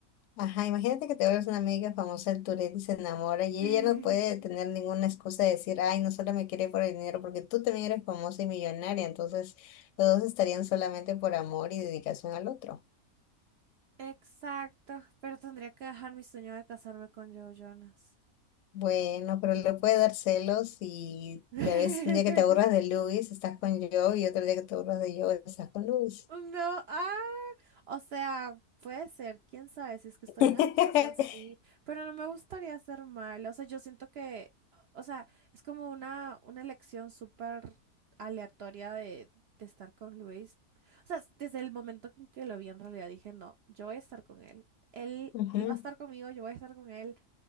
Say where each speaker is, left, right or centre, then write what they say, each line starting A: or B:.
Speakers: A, on the left (about 65°); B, on the right (about 70°).
A: Ajá, imagínate que te vuelves una amiga famosa del Tourette y se enamora y
B: <laughs>
A: ella ya no puede tener ninguna excusa de decir, ay, no solo me quiere por el dinero, porque tú también eres famosa y millonaria, entonces los dos estarían solamente por amor y dedicación al otro.
B: Exacto, pero tendría que dejar mi sueño de casarme con Joe Jonas.
A: Bueno, pero le puede dar celos y
B: <laughs>
A: tal vez un día que te aburras de Luis estás con yo y otro día que te aburras de yo estás con Luis.
B: No, ah, o sea, puede ser, quién sabe, si es que estoy
A: <laughs>
B: en aceptación, sí, pero no me gustaría hacer mal, o sea, yo siento que, o sea, es como una, una elección súper aleatoria de, de estar con Luis, o sea, desde el momento en que lo vi en realidad dije, no, yo voy a estar con él, él,
A: Ujú.
B: él va a estar conmigo, yo voy a estar con él,